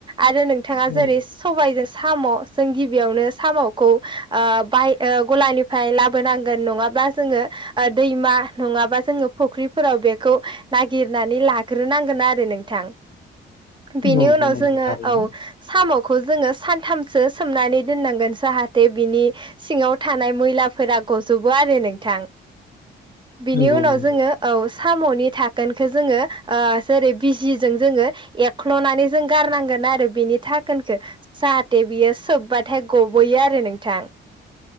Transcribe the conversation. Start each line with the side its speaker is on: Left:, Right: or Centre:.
Right: आरो नोंथाङा
Left: नंगौ
Right: जेरै स सबायजों साम' जों गिब बियावनो साम'खौ ओ बाय ओ गलानिफ्राय लाबोनांगोन नङाब्ला जोङो ओद दैमा नङाबा जोङो फख्रिफोराव बेखौ नागिरनानै लाग्रोनांगोन आरो नोंथां। बेनि
Left: नंगौ
Right: उनाव
Left: नंगौ
Right: जोङो
Left: थारैनो
Right: औ साम'ख खौ जोङो सानथामसो सोमनानै दोननांगोन जाहाते बिनि सिङाव थानाय मैलाफोरा गजोबो आरो नोंथां। बिनि
Left: नंगौ
Right: उनाव
Left: नंगौ
Right: जोङो औ साम'नि धाकोनखो जोङो ओ जेरै बिजि ज जों जोङो एख्ल'नानै जों गारनांगोन आरो बिनि धाख खोनखो जाहाथे बियो सोबबाथाय गब'यो आरो नोंथां।